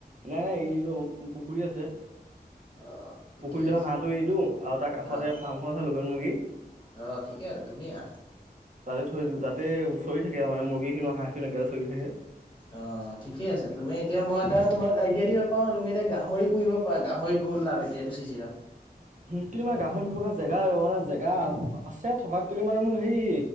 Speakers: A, on the right (about 50°); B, on the left (about 30°).
A: নাই নাই এই পুখুৰী আছে।
B: অ' ঠিকেই
A: পুখুৰী ধৰ
B: আছে।
A: হাঁহটো এৰি দিওঁ আৰু তাৰ কাষতে
B: অ'
A: ফাৰ্ম হোৱা লগৰ মুৰ্গী।
B: অ' ঠিকে আছে ধুনীয়া।
A: তাতে থৈ দিওঁ তাতে চৰি থাকে আৰু মানে মুৰ্গীখিনি হাঁহখিনিও একোৰে চৰি থাকে।
B: অ ঠিকে আছে তুমি এতিয়া মই এটা তুমাক আইডিয়া দিব পাৰ তুমি এতিয়া গাহৰি পুহিব পা গ। হয়ত বহুত লাভ এতিয়া এইটো চিজিনত।
A: কিন্তু মানে গাহৰি ব্যৱসৰ জেগাই মানে জেগা আছে থকাত কিন্তু মানে মোক হেই।